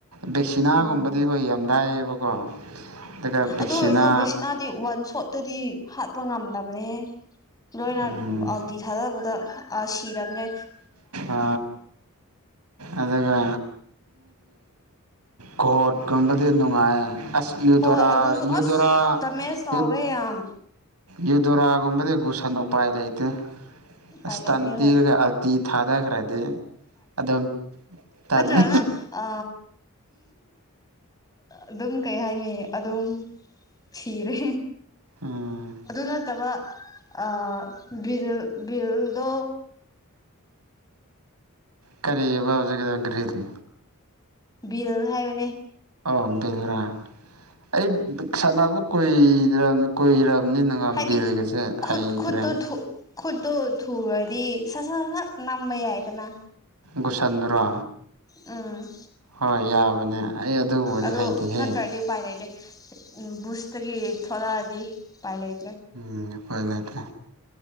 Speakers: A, on the right; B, on the left.
A: ꯚꯦꯛꯁꯤꯅꯥꯒꯨꯝꯕꯗꯤ
B: ꯎꯝ
A: ꯍꯣꯏ ꯌꯥꯝ ꯂꯥꯏꯌꯦꯕꯀꯣ ꯑꯗꯨꯒ ꯕꯦꯛꯁꯤꯅꯥ
B: ꯑꯗꯨꯗꯁꯨ ꯦꯁꯅꯗꯤ ꯋꯥꯟ ꯁꯣꯠꯇꯗꯤ ꯍꯥꯠꯄ ꯉꯝꯗꯕꯅꯦ ꯂꯣꯏꯅ
A: ꯎꯝ
B: ꯑꯥꯜꯇꯤ ꯊꯥꯗꯕꯗ ꯑ ꯁꯤꯗꯅꯦ
A: ꯑ ꯑꯗꯨꯒ ꯒꯣꯠꯀꯨꯝꯕꯗꯤ ꯅꯨꯡꯉꯥꯏꯌꯦ ꯑꯁ ꯌꯗꯔꯥ
B: ꯍꯣꯏ ꯑꯗꯨꯁꯨ
A: ꯌꯗꯔꯥ
B: ꯑꯁ ꯗꯃꯦꯖ ꯆꯥꯎꯋꯦ
A: ꯌ
B: ꯌꯥꯝ
A: ꯌꯨꯗꯣꯔꯥꯒꯨꯝꯕꯗꯤ ꯒꯨꯁꯟ ꯎꯄꯥꯏ ꯂꯩꯇꯦ
B: ꯎꯄꯥꯏ
A: ꯑꯁꯇꯟ
B: ꯂꯩꯇꯦ
A: ꯄꯤꯔꯒ
B: ꯍꯣꯏ
A: ꯑꯥꯜꯇꯤ ꯊꯥꯗꯈ꯭ꯔꯗꯤ ꯑꯗꯨꯝ ꯇꯜꯂꯤ
B: ꯃꯥ꯭ꯔ ꯑ ꯑꯗꯨꯝ ꯀꯩ ꯍꯥꯏꯅꯤ ꯑꯗꯨꯝ ꯁꯤꯔꯦ
A: ꯎꯝ
B: ꯑꯗꯨ ꯅꯠꯇꯕ ꯑ ꯕꯤꯔ ꯕꯤꯜꯗ
A: ꯀꯔꯤꯑꯕ ꯍꯧꯖꯤꯛꯀꯤꯗꯣ ꯘ꯭ꯔꯤꯗꯨ
B: ꯕꯤꯜ ꯍꯥꯏꯕꯅꯦ
A: ꯑꯥꯝꯗꯦꯜꯗꯨꯔꯥ ꯕ꯭ꯔꯥ ꯑꯩ ꯕꯤꯛ ꯁꯥꯟꯅꯕ ꯀꯨꯏꯗꯔꯃꯤ ꯀꯨꯏꯔ ꯃꯨꯛꯅ ꯍꯦꯅꯒ
B: ꯍꯥꯏꯗꯤ
A: ꯕꯤꯜꯒꯁꯦ
B: ꯈꯨꯠ
A: ꯍꯩꯇ꯭ꯔꯦ
B: ꯈꯨꯠꯇꯣ ꯈꯨꯠꯇꯣ ꯊꯨꯔꯗꯤ ꯁꯠ ꯁꯠ ꯁ ꯁꯠ ꯅꯝꯕ ꯌꯥꯏꯗꯅ
A: ꯒꯨꯁꯟꯗꯨꯔꯣ
B: ꯎꯝ
A: ꯍꯣꯏ ꯌꯥꯕꯅꯦ ꯑꯩ ꯑꯗꯨꯒꯨꯝꯕꯗꯤ
B: ꯑꯗꯣ
A: ꯍꯩꯇꯦꯍꯦ
B: ꯅꯠꯇ꯭ꯔꯗꯤ ꯎꯄꯥꯏ ꯂꯩꯇꯦ ꯎꯝ ꯕꯨꯁꯇꯒꯤ ꯊꯣꯂꯛꯑꯗꯤ ꯎꯄꯥꯏ ꯂꯩ
A: ꯎꯝ ꯎꯄꯥꯏ ꯂꯩꯇꯦ꯫